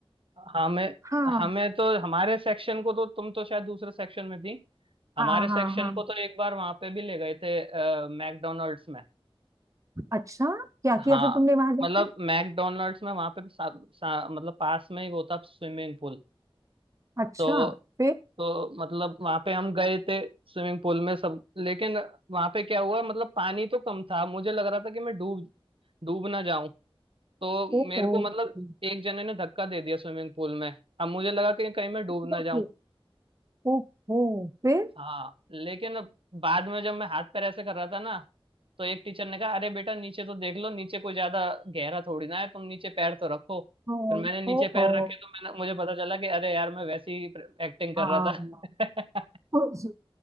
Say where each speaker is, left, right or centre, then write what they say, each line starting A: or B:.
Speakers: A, on the right; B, on the right.
A: हमें
B: हाँ
A: हमें तो हमारे सेक्शन को तो तुम तो शायद दूसरे सेक्शन में थी हमारे
B: हाँ
A: सेक्शन
B: हाँ हाँ
A: को तो एक बार वहां पे भी ले गए थे मैकडोनल्ड्स में
B: अच्छा क्या
A: हाँ
B: किया फिर तुमने वहां जाके
A: मतलब मैकडोनल्ड्स में वहां पे सा, सा, मतलब पास में ही वो था स्विमिंग पूल
B: अच्छा
A: तो
B: फिर
A: तो मतलब वहां पे हम गए थे स्विमिंग पूल में सब लेकिन वहां पे क्या हुआ मतलब पानी तो कम था मुझे लग रहा था कि मैं डूब डूब ना जाऊं तो
B: ओ
A: मेरे
B: ओ
A: को मतलब
B: फिर
A: एक जने ने धक्का दे दिया स्विमिंग पूल में अब मुझे लगा कि कहीं मैं
B: शुरू
A: डूब ना
B: का
A: जाऊं
B: फिर, ओ ओ फिर
A: हाँ लेकिन अब बाद में जब मैं हाथ पैर ऐसे कर रहा था ना तो एक टीचर ने कहा अरे बेटा नीचे तो देख लो नीचे कोई ज्यादा गहरा थोड़ी ना है तुम नीचे पैर तो रखो
B: ओ
A: फिर मैंने नीचे
B: ओ
A: पैर
B: ओ
A: रखे तो मैंने मुझे पता चला कि अरे यार मैं वैसे ही एक्टिंग कर
B: हाँ
A: रहा था
B: उस-